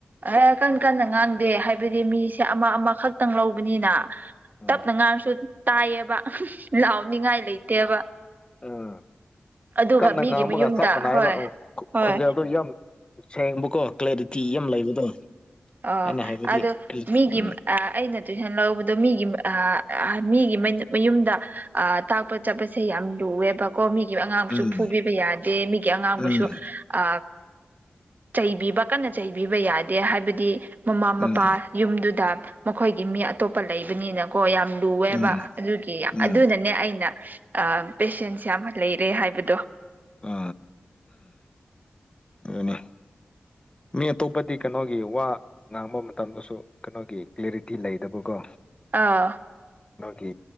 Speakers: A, on the right; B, on the left.
A: ꯑꯦ ꯀꯟ ꯀꯟꯅ ꯉꯥꯡꯗꯦ ꯍꯥꯏꯕꯗꯤ ꯃꯤꯁꯦ ꯑꯃ ꯑꯃꯈꯛꯇꯪ ꯂꯧꯕꯅꯤꯅ
B: ꯎꯝ
A: ꯇꯞꯅ ꯉꯥꯡꯁꯨ ꯇꯥꯏꯌꯦꯕ ꯂꯥꯎꯅꯤꯡꯉꯥꯏ ꯂꯩꯇꯦꯕ
B: ꯎꯝ
A: ꯑꯗꯨꯒ
B: ꯀꯟꯅ
A: ꯃꯤꯒꯤ
B: ꯉꯝꯃꯒ
A: ꯃꯌꯨꯝꯗ
B: ꯆꯞ ꯃꯥꯟꯅꯏꯕ
A: ꯍꯣꯏ ꯍꯣꯏ
B: ꯈꯣꯟꯖꯦꯜꯗꯨ ꯌꯥꯝ ꯁꯦꯡꯕꯀꯣ ꯀ꯭ꯂꯦꯔꯤꯇꯤ ꯌꯥꯝ ꯂꯩꯕꯗꯣ
A: ꯑꯣ
B: ꯑꯩꯅ ꯍꯥꯏꯕꯗꯤ
A: ꯑꯗꯣ ꯃꯤꯒꯤ
B: ꯎꯝ
A: ꯑꯩꯅ ꯇꯨꯏꯁꯟ ꯂꯧꯕꯗꯣ ꯃꯤꯒꯤ ꯃꯤꯒꯤ ꯃꯌꯨꯝꯗ ꯑ ꯇꯥꯛꯄ ꯆꯠꯄꯁꯦ ꯌꯥꯝ ꯂꯨꯑꯦꯕ ꯀꯣ ꯃꯤꯒꯤ ꯑꯉꯥꯡꯁꯨ
B: ꯎꯝ
A: ꯐꯨꯕꯤꯕ ꯌꯥꯗꯦ ꯃꯤꯒꯤ ꯑꯉꯥꯡꯕꯨꯁꯨ
B: ꯎꯝ
A: ꯑ ꯆꯩꯕꯤꯕ ꯀꯟꯅ ꯆꯩꯕꯤꯕ ꯌꯥꯗꯦ ꯍꯥꯏꯕꯗꯤ ꯃꯃꯥ ꯃꯄꯥ
B: ꯎꯝ
A: ꯌꯨꯝꯗꯨꯗ ꯃꯈꯣꯏꯒꯤ ꯃꯤ ꯑꯇꯣꯞꯄ ꯂꯩꯕꯅꯤꯅꯀꯣ ꯌꯥꯝ ꯂꯨꯑꯦꯕ
B: ꯎꯝ
A: ꯑꯗꯨꯒꯤ
B: ꯎꯝ
A: ꯑꯗꯨꯅꯅꯦ ꯑꯩꯅ ꯄꯦꯁꯦꯟꯁ ꯌꯥꯝ ꯂꯩꯔꯦ ꯍꯥꯏꯕꯗꯣ
B: ꯑ ꯑꯗꯨꯅꯦ ꯃꯤ ꯑꯇꯣꯞꯄꯗꯤ ꯀꯩꯅꯣꯒꯤ ꯋꯥ ꯉꯥꯡꯕ ꯃꯇꯝꯗꯁꯨ ꯀꯩꯅꯣꯒꯤ ꯀ꯭ꯦꯔꯤꯇꯤ ꯂꯩꯗꯕꯀꯣ
A: ꯑꯥ
B: ꯒꯤ